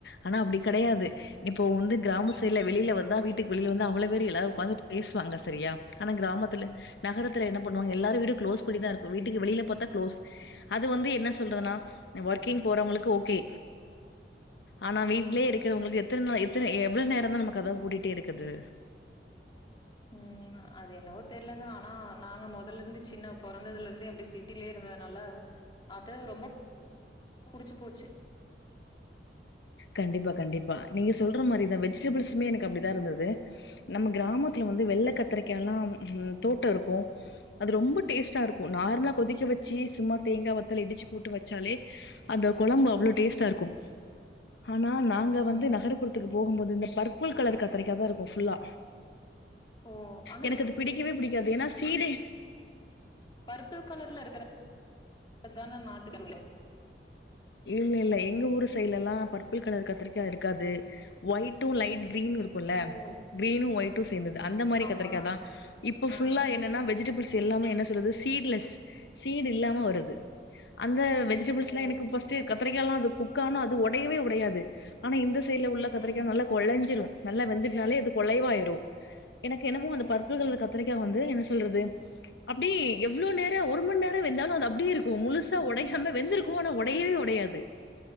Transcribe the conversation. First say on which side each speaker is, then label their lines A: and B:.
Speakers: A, on the left; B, on the left.
A: ஆனா அப்டி கெடையாது இப்ப வந்து கிராம சைட்ல வெளில வந்தா வீட்டுக்கு வெளிய வந்தா அவ்வளவேறு எல்லாரு உக்காந்து பேசுவாங்க செரியா ஆனா கிராமத்துல நகரத் தல என்ன பண்ணுவாங்க எல்லாரு வீடு க்ளோஸ் பண்ணிதா இருக்கோ வீட் டுக்கு வெளில பாத்தா க்ளோஸ் அது வந்து என்ன சொல்றதுனா ஒர்க்கிங் போறவங்களுக்கு ஓகே ஆனா வீட்லயே
B: ம்
A: இருக்கிறவுங்களுக்கு எத்தன நாள் எ தன எவ்ளோ நேரோ தா நம்ம கதவ பூட்டிட்டே இருக்குது
B: உம் அது என்னவோ தெர்லங்க ஆனா நாங்க மொதல்ல இருந்து சின்ன பொறந்ததுல இருந்தே அப்டே சிட்டிலே இருந்ததுனால அத ரொம்ப புடிச்சு போச்சு
A: கண்டிப்பா கண்டிப்பா நீங்க சொல் ற மாரிதா வெஜிடபிள்சுமே எனக்கு அப்டிதா இருந்தது நம்ம கிராமத்தியு வந்து வெள்ள கத்திரிக்காலா உம் தோட்டோ இருக்கோ அது ரொம்ப டேஸ்ட்டா இருக்கோ நார்மலா கொதிக்க வெச்சு சும்மா தேங்கா வத்தல இடிச்சு போட்டு வெச்சாலே அந்த கொழம்பு அவ்ளோ டேஸ்டா இருக்கோ ஆனா நாங்க
B: ம்
A: வந்து நகரபுறத்துக்கு போகும் போது இந்த பருப் புல் கலர் கத்திரிக்காதா இருக்கு ஃபுல்லா
B: ஓ ஆனா
A: எனக்கு
B: <inaudible>
A: அது பிடிக்கவே பிடிக்காது. ஏன்னா சீடே
B: பர்பிள் கலர்ல இருக்கிற தான நாட்டு <inaudible>
A: இல்ல இல்ல எங்க ஊரு சைட்லல்லா பர்பிள் கலர் கத்திரிக்கா இருக்காது ஒயிட்டு லைட் கிரீன் இருக்குல்ல
B: ஓ
A: கிரீனு ஒய்ட்டு சேந்தது அந்த மாரி
B: ஆமா
A: கத்திரிக்காதா இப்ப ஃபுல்லா
B: ஆ
A: என்னன்னா வெஜிட வெஜிடப் பிள்ஸ் எல்லாமே என்ன சொல்லது சீட்லெஸ் சீடு இல்லாம வருது அந்த வெஜிடபிள்ஸ்லா
B: ஓ
A: எனக்கு ஃபஸ்ட்டு கத்தரிக் கெல்லா அது குக்கானா அது ஒ டையவே உடையாது ஆனா இந்த சைட்ல உள்ள கத்தரிக்கா
B: ம்
A: நல்ல கொழஞ்சிரு நல்லா வெந்துட்னாலே அது கொழைவாயிரு எனக்கு என்னமோ அந்த பர்பிள்
B: ம்
A: கலர் கத்தரிக்கா வந்து எனக் சொல்றது அப்டி எவ்ளோ நேர ஒரு மண் நேர வெந்தாலு அது அப்டியே இருக்கு முழுசா ஒடையாம வெந்திருக்கூ ஆனா ஒடையவே ஒடையாது